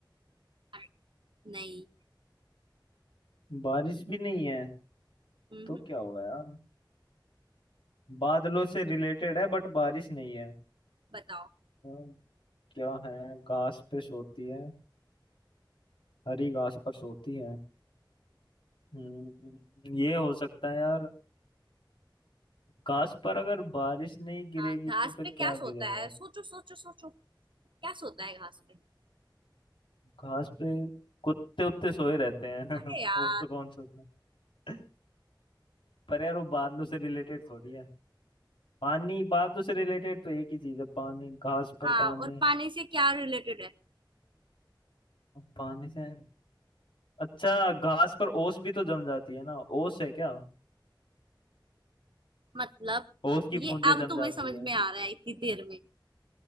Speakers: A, on the right; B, on the left.
A: अरे, नहीं
B: बारिश भी नहीं है
A: हम्म,
B: तो क्या होगा यार बादलों से रिलेटेड है बट बारिश नहीं है
A: बताओ
B: और क्या है घास पे सोती है हरी घास पर सोती है हम्म, ये हो सकता है यार घास पर अगर बारिश नहीं गिरेगी
A: हाँ घास
B: तो फिर
A: पे क्या
B: क्या
A: सोता
B: गिरेगा
A: है सोचो सोचो सोचो क्या सोता है घास पे
B: घास पे कुत्ते उत्ते सोए रहते हैं
A: अरे यार
B: <laughs> और तो कौन सोता है पर यार वो बादलों से रिलेटेड थोड़ी है पानी बादलों से रिलेटेड तो एक ही चीज है पानी घास पर
A: हाँ
B: पानी
A: और पानी से क्या रिलेटेड है
B: पानी से अच्छा घास पर ओस भी तो जम जाती है ना ओस है क्या
A: मतलब
B: ओस की
A: ये
B: बूंदें
A: अब
B: जम
A: तुम्हें
B: जाती
A: समझ
B: है
A: में आ रहा है इतनी देर में